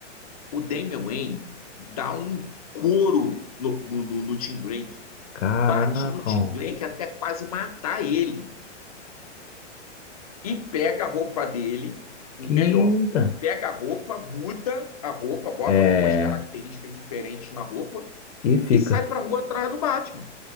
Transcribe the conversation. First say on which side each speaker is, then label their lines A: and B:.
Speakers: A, on the left; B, on the left.
A: O Damian Wayne dá um couro no, no, no, Tim Drake,
B: Caraca,
A: bate no Tim
B: mano.
A: Drake até quase matar ele e pega a roupa dele, melhor,
B: que da-
A: pega a roupa, muda a roupa, bota
B: É.
A: algumas características diferentes na roupa
B: E fica.
A: e sai para rua atrás do Batman.